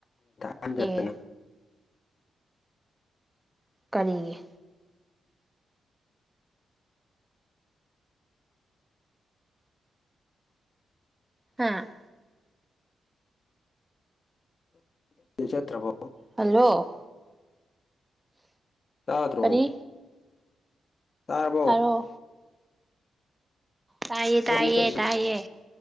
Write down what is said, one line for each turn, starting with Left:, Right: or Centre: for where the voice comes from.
Left: ꯇꯝꯖꯗꯅ
Right: ꯑꯦ ꯀꯔꯤꯒꯤ ꯍꯥ
Left: ꯆꯠꯇ꯭ꯔꯕꯣ
Right: ꯍꯜꯂꯣ
Left: ꯇꯥꯗ꯭ꯔꯣ
Right: ꯀꯔꯤ
Left: ꯇꯥꯔꯕꯣ
Right: ꯍꯥꯏꯔꯛꯑꯣ ꯇꯥꯏꯌꯦ
Left: ꯅꯪ
Right: ꯇꯥꯏꯌꯦ
Left: ꯋꯥꯀꯤꯡ ꯆꯠꯂꯤꯗꯨ
Right: ꯇꯥꯏꯌꯦ